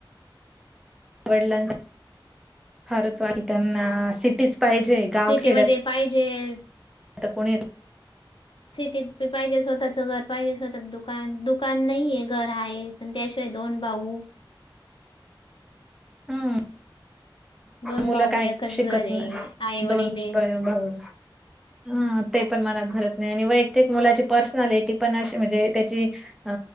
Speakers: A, in the centre; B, on the left.
A: वडिलां फारच वाट त्यांना सिटीच पाहिजे. गाव
B: सिटीमध्ये
A: खेड्यात
B: पाहिजेल.
A: आता कोणी येत.
B: सिटीत भी पाहिजे स्वतःच घर पाहिजे स्वतःच दुकान दुकान नाहीये घर हाये. पण त्याशिवाय दोन भाऊ.
A: हम.
B: दोन
A: मुलं
B: भाऊ
A: काय
B: एकच
A: शिकत
B: घर आहे
A: नाही
B: आई वडील
A: दोन
B: आहे.
A: ब भाऊ. ह ते पण मनात भरत नाही आणि वैयक्तिक मुलाची पर्सनलिटी पण अशी म्हणजे त्याची. अ